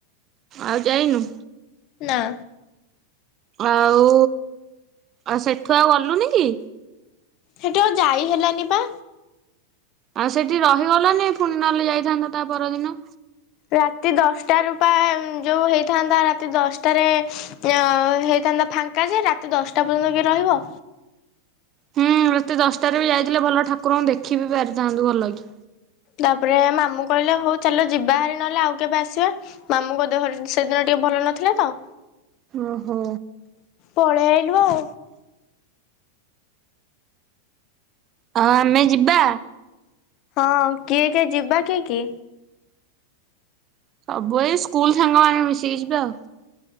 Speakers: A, on the right; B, on the left.
A: ଆଉ ଯାଇନୁ?
B: ନାଁ।
A: ଆଉ ଆଉ ସେଠୁ ଆଉ ଗଲୁନି କି?
B: ସେଠୁ ଆଉ ଯାଇ ହେଲାନି ପା।
A: ଆଉ ସେଠି ରହିଗଲନି ଫୁଣି ନହେଲେ ଯାଇଥାନ୍ତ ତା ପରଦିନ।
B: ରାତି ଦଶଟାରୁ ପା ଯୋଉ ହେଇଥାନ୍ତା ରାତି ଦଶଟାରେ। ଯୋଉ ହେଇଥାନ୍ତା ଫାଙ୍କା ଯେ ରାତି ଦଶଟା ପର୍ଯ୍ୟନ୍ତ କିଏ ରହିବ।
A: ହୁଁ ରାତି ଦଶଟାରେ ବି ଯାଇଥିଲେ ଭଲ ଠାକୁରଙ୍କୁ ଦେଖି ବି ପାରିଥାନ୍ତୁ ଭଲ କି।
B: ତାପରେ ମାମୁଁ କହିଲେ ହୋଉ ଚାଲ ଯିବା ହାରି ନହେଲେ ଆଉ କେବେ ଆସିବା। ମାମୁଁ ଙ୍କ ଦେହ ସେଦିନ ଟିକେ ଭଲ ନଥିଲା ତ।
A: ଓହୋ।
B: ପଳେଇ ଆଇଲୁ ଆଉ।
A: ହଁ ଆମେ ଯିବା।
B: ହଁ କିଏ କିଏ ଯିବା କିଏକି
A: ସବୁ ଏଇ ସ୍କୁଲ୍ ସାଙ୍ଗ ମାନେ ମିଶିକି ଯିବେ ଆଉ।